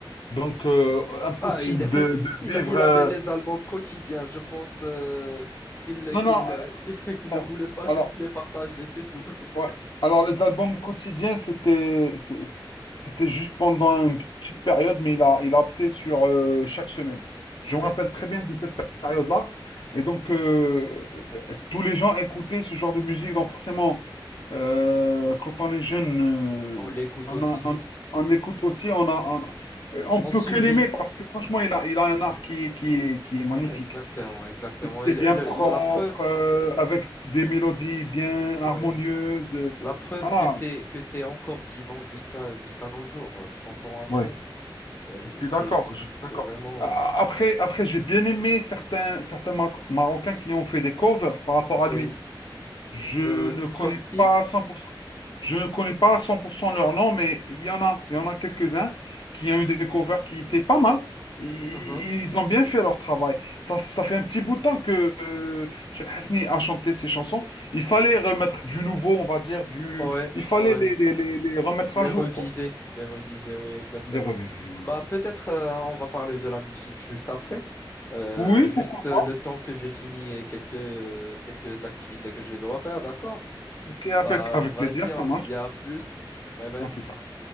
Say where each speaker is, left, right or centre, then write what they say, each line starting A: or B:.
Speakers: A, on the left; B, on the left.
A: Donc, euh, impossible
B: Ah, il, est- <laughs>
A: de, de
B: il,
A: vivre.
B: a- il
A: euh,
B: avait des albums quotidiens. Je pense euh, qu'il
A: Non,
B: qu'il,
A: non.
B: euh,
A: euh,
B: <laughs> qu'il, qu'il
A: Alors,
B: ne voulait pas
A: alors,
B: juste les partager, c'est tout. <laughs>
A: Ouais. Alors, les albums quotidiens, c'était c'est- c'était juste pendant une petite période, mais il a, il a opté sur euh, chaque semaine. Je
B: Ouais.
A: me rappelle très bien de cette
B: ouais.
A: période-là. Et donc, euh, euh, tous les gens écoutaient ce genre de musique. Donc, forcément, euh, quand on est jeune, euh,
B: On l'écoute
A: on
B: aussi.
A: a- on,
B: <laughs>
A: on l'écoute aussi. On a,
B: Mm.
A: on, on peut
B: On suivit.
A: que l'aimer parce que, franchement, il
B: Ouais.
A: a, il a un art qui, est- qui est qui est magnifique.
B: Ah, exactement, exactement.
A: C'était
B: Et le-
A: bien
B: le-
A: propre,
B: la preuve.
A: euh, avec des mélodies bien
B: Ouais.
A: harmonieuses. euh,
B: La preuve
A: Voilà,
B: que c'est que c'est encore vivant jusqu'à jusqu'à nos jours, euh, 30 ans après.
A: Ouais.
B: Euh,
A: je suis
B: c'est
A: d'accord,
B: c'est
A: je
B: c'est
A: suis d'accord.
B: vraiment
A: A- a- Après, après j'ai bien aimé certains, certains Mar- Marocains qui ont fait des covers par rapport
B: oui.
A: à lui. Je
B: Euh,
A: ne connais
B: comme qui?
A: pas à 100%. Je ne connais pas à 100% leur nom, mais il y en a, il y en a quelques-uns qui ont eu des covers qui étaient pas mal. I-
B: Mhm.
A: Ils ont bien fait leur travail. Ça, ça fait un petit bout de temps que euh, Cheb Hasni a chanté ces chansons. Il fallait remettre du nouveau, on va dire, du...
B: Ouais,
A: Il fallait
B: ouais.
A: les, les- les- les remettre
B: Les
A: à jour,
B: revivez,
A: quoi.
B: les revivez, oui, exactement.
A: Les revues, oui,
B: Bah
A: voilà.
B: peut-être euh, on va parler de la musique juste après. Euh,
A: Oui,
B: juste
A: pourquoi
B: euh,
A: pas.
B: le temps que j'ai fini et quelques quelques activités que je dois faire, d'accord?
A: Ok, avec,
B: Bah
A: avec
B: vas-y,
A: plaisir, ça
B: on
A: marche.
B: se dit à plus. Bye bye.
A: À plus tard.